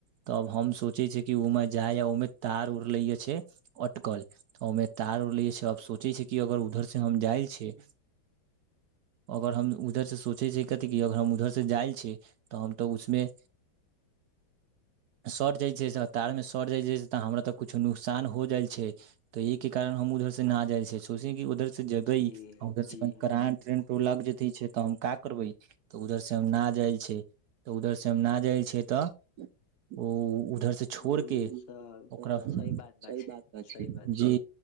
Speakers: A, on the right (about 75°); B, on the left (about 50°).
A: तब हम सोचे छ कि ओमे जाइ ओहिमे तार उड़ले छै अटकल ओहिमे तार उड़ले छै आब सोचे छै कि अगर उधर से हम जाय छ अगर हम उधर से सोचे छै कथि क अर हम उधर से जाइ छी तऽ हम तो उसमे सट जाइ छै से तार मे सट जाइ छै तऽ हमरा तऽ कुछो नुकसान हो जाइ छै तऽ एहि के कारण हम उधर से ना जाय छै सोचे कि उधर जेबै
B: जी
A: आ उधर से
B: जी
A: क करान ट्रेन टोला के जे छै क करबै तऽ उधर से हम न जाइ छ तऽ उधर से हम न जाइ छ तऽ ओ उ उधर से छोड़
B: उ
A: के
B: सब
A: ओकरा
B: सही बात
A: स
B: बा
A: बात छै
B: सही बात
A: जी
B: बा